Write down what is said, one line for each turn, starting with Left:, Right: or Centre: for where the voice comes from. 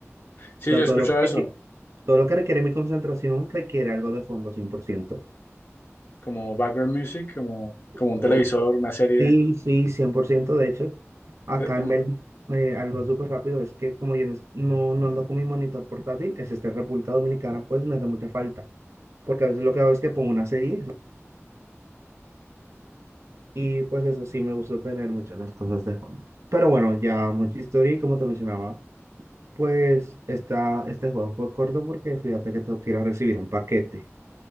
Left: Sí,
Right: sea,
Left: yo he
Right: todo
Left: escuchado
Right: lo que requiere,
Left: eso,
Right: todo lo que requiere mi concentración requiere algo de fondo 100%.
Left: como background music, como, como un
Right: O-
Left: televisor, una serie.
Right: sí, sí, 100%. De hecho, acá
Left: Te- te-
Right: en Bélgica, eh, algo súper rápido es que como yo no, es- no no ando con mi monitor portátil, es este en República Dominicana, pues me hace mucha falta. porque a veces lo que hago es que pongo una serie ¿no? y pues eso sí me gusta tener muchas las cosas de fondo. Pero bueno, ya mucha historia y como te mencionaba, pues esta, este juego fue corto porque fíjate que tengo que ir a recibir un paquete.